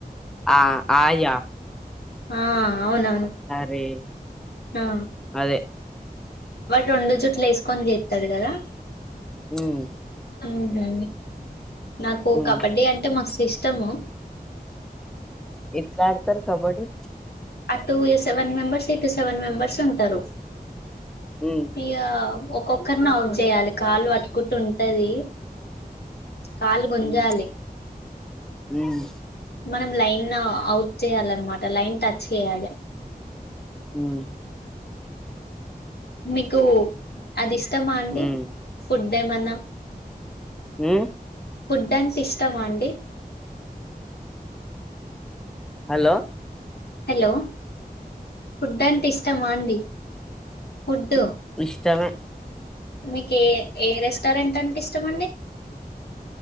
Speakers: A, in the centre; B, on the left.
A: ఆ ఆయ్యా
B: ఆ అవునవును
A: రే
B: ఆ
A: అదే
B: వాడు రెండు జట్లు వెస్కొని చేతాడు కదా
A: ఉమ్
B: అవునండి నాకు
A: ఉమ్
B: కబడ్డీ అంటే మస్తు ఇష్టం ఉత్తమో
A: ఎట్లా ఆడతారు kabaddi
B: two way seven members ఇటు సెవెన్ మెంబర్స్ ఉంటారు
A: ఉమ్
B: ఇగా ఒక్ ఒకర్ని అవుట్ చేయాలి కాలు పట్టుకుంటె ఉంటది కాలు గుంజాలి
A: ఉమ్ ఉమ్
B: మనం లైన్ అవుట్ చేయాలన్నమాట లైన్ టచ్ చేయాలి
A: హుమ్
B: మీకు అది మా అండి
A: ఉమ్
B: ఫుడ్ అదే మన్న
A: అ
B: ఉడ్డంపి ఇష్టమా అండి
A: హలో
B: హలో ఫుడ్ అంత ఇష్టమాండి ఫడ్డు
A: ఇష్టమ
B: మీ ఏ ఏ రెస్టోరెంట్ టె ఇష్టమండి